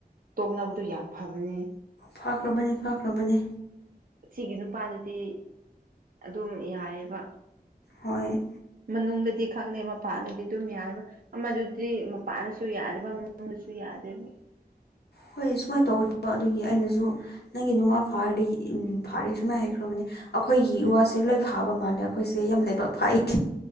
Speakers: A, on the right; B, on the left.
A: ꯇꯣꯛꯅꯕꯗꯣ ꯌꯥꯝ ꯐꯕꯅꯦ
B: ꯐꯈ꯭ꯔꯕꯅꯦ ꯐꯈ꯭ꯔꯕꯅꯦ
A: ꯁꯤꯒꯤ ꯅꯨꯄꯥꯗꯨꯗꯤ ꯑꯗꯨꯝ ꯌꯥꯏꯌꯦꯕ
B: ꯍꯣꯏ
A: ꯃꯅꯨꯡꯗꯗꯤ ꯈꯪꯗꯦ ꯃꯄꯥꯟꯗꯗꯤ ꯗꯨꯝ ꯌꯥꯏꯕ ꯑꯃꯗꯨꯗꯤ ꯃꯄꯥꯟꯗꯁꯨ ꯌꯥꯗꯕ ꯃꯅꯨꯡꯗꯁꯨ ꯌꯥꯗꯦꯕ
B: ꯍꯣꯏ ꯁꯨꯃꯥꯏꯅ ꯇꯧꯋꯦꯕ ꯑꯗꯨꯒꯤ ꯑꯩꯅꯖꯨ ꯅꯪꯒꯤ ꯅꯨꯡꯉ ꯐꯥꯔꯗꯤ ꯎ ꯐꯥꯔꯦ ꯁꯨꯃꯥꯏꯅ ꯍꯈ꯭ꯔꯕꯅꯦ ꯑꯩꯈꯣꯏꯒꯤ
A: ꯎꯝ
B: ꯏꯋꯥꯁꯦ ꯂꯣꯏ ꯐꯥꯕ ꯃꯥꯜꯂꯦ ꯑꯩꯈꯣꯏꯁꯦ ꯌꯥꯝ ꯂꯥꯏꯕꯛ ꯐꯥꯏ